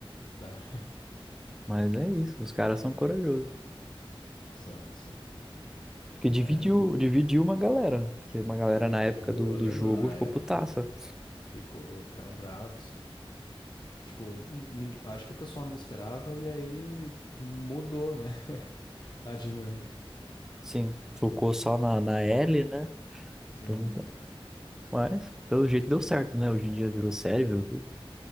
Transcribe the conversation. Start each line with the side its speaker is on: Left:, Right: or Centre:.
Left: Dá.
Centre: Mas é isso, os caras são corajosos.
Left: <laughs> São, são.
Centre: Porque dividiu,
Left: É, n-
Centre: dividiu uma galera. Porque uma galera
Left: dividiu,
Centre: na época do,
Left: eu
Centre: do
Left: lembro
Centre: jogo
Left: na
Centre: ficou
Left: época.
Centre: putaça.
Left: Ficou, ficaram bravos. Tipo, ninguém, acho que o pessoal não esperava e aí mudou, né? <laughs> A dinâmica.
Centre: Sim, focou só na, na Ellie, né?
Left: Sim.
Centre: Então, tá. mas, pelo jeito, deu certo, né? Hoje em dia virou série, virou tudo.